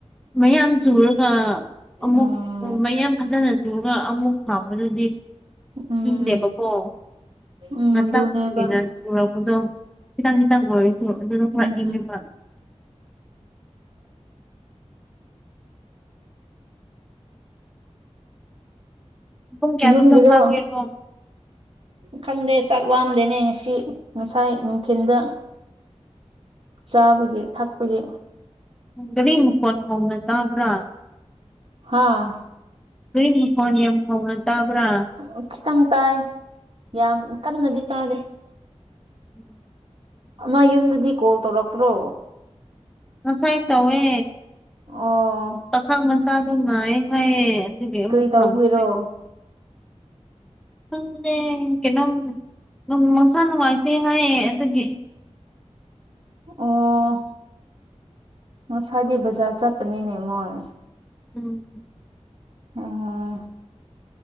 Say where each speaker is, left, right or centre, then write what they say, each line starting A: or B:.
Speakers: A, in the centre; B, on the right (about 55°).
A: ꯃꯌꯥꯝ ꯆꯨꯔꯒ ꯑꯃꯨꯛ
B: ꯎꯝ
A: ꯃꯌꯥꯝ ꯐꯖꯅ ꯆꯨꯔꯒ ꯑꯃꯨꯛ ꯑꯗꯨꯗꯤ
B: ꯎꯝ
A: ꯏꯤꯡꯗꯦꯕꯀꯣ
B: ꯎꯝ
A: ꯉꯇ
B: ꯑꯗꯨꯅꯦꯕ
A: ꯀꯨꯏꯅ ꯎꯔꯛꯄꯗꯣ ꯈꯤꯇꯪ ꯈꯤꯇꯪ ꯑꯣꯏꯔꯤꯁꯨ ꯑꯗꯨꯅ ꯈꯔ
B: ꯎꯝ
A: ꯏꯪꯉꯦꯕ ꯄꯨꯡ ꯀꯌꯥꯗ
B: ꯌꯧꯝꯒꯤꯗꯣ
A: ꯆꯥꯛ ꯆꯥꯒꯦꯔꯣ
B: ꯈꯪꯗꯦ ꯆꯥꯛ ꯋꯥꯝꯗꯦꯅꯦ ꯉꯁꯤ ꯉꯁꯥꯏ ꯅꯨꯡꯊꯤꯜꯗ ꯆꯥꯕꯒꯤ ꯊꯛꯄꯒꯤ
A: ꯍꯪꯗꯕꯤ ꯃꯈꯣꯟ ꯍꯧꯅ ꯇꯥꯕ꯭ꯔꯥ
B: ꯍꯥꯥ
A: ꯀꯏ ꯃꯈꯣꯟ ꯌꯥꯝ ꯐꯣꯡꯅ ꯇꯥꯕ꯭ꯔꯥ
B: ꯎ ꯈꯤꯇꯪ ꯇꯥꯏ ꯌꯥꯝ ꯀꯟꯅꯗꯤ ꯇꯥꯗꯦ
A: ꯎꯝ <unintelligible>
B: ꯃꯥ ꯌꯨꯝꯗꯗꯤ ꯀꯣꯜ ꯇꯧꯔꯛꯄ꯭ꯔꯣ
A: ꯉꯁꯥꯏ ꯇꯧꯋꯦ
B: ꯑꯣ
A: ꯄꯥꯈꯪ ꯃꯆꯥꯗꯣ ꯉꯥꯏꯌꯦ ꯉꯥꯏꯌꯦ ꯁꯤꯀꯩ ꯑꯃꯨꯛ
B: ꯀꯔꯤ ꯇꯧꯕꯒꯤꯔꯣ
A: ꯐꯪꯈꯔꯦ ꯈꯪꯗꯦ ꯅꯪꯅꯣꯝ ꯅꯨꯡ ꯃꯁꯥ ꯅꯨꯡꯉꯥꯏꯇꯦ ꯍꯥꯏꯌꯦ ꯑꯗꯨꯒꯤ
B: ꯑꯣ ꯉꯁꯥꯏꯗꯤ ꯕꯖꯥꯔ ꯆꯠꯄꯅꯤꯅꯦ ꯃꯣꯏ
A: ꯎꯝ
B: ꯑꯣ